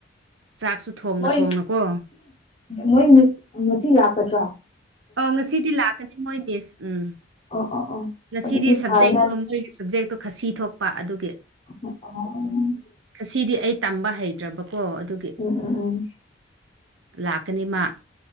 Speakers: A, on the right; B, on the left.
A: ꯆꯥꯛꯁꯨ ꯊꯣꯡꯅ
B: ꯃꯣꯏ
A: ꯊꯣꯡꯅꯀꯣ
B: ꯃꯣꯏ ꯃꯤꯁ ꯉꯁꯤ ꯂꯥꯛꯀꯗ꯭ꯔꯥ
A: ꯑꯧ ꯉꯁꯤꯗꯤ ꯂꯥꯛꯀꯅꯤ ꯃꯣꯏ ꯃꯤꯁ ꯎꯝ
B: ꯑꯣ ꯑꯣ ꯑꯣ
A: ꯉꯁꯤꯗꯤ
B: ꯑꯗꯨꯗꯤ
A: ꯁꯕꯖꯦꯛꯇꯣ
B: ꯐꯔꯦꯅꯦ
A: ꯃꯣꯏꯒꯤ ꯁꯞꯖꯦꯛꯇꯣ ꯈꯥꯁꯤ ꯊꯣꯛꯄ ꯑꯗꯨꯒꯤ
B: <inaudible>
A: ꯈꯥꯁꯤꯗꯤ ꯑꯩ ꯇꯝꯕ ꯍꯩꯇ꯭ꯔꯕꯀꯣ ꯑꯗꯨꯒꯤ
B: ꯎꯝ ꯎꯝ ꯎꯝ
A: ꯂꯥꯛꯀꯅꯤ ꯃꯥ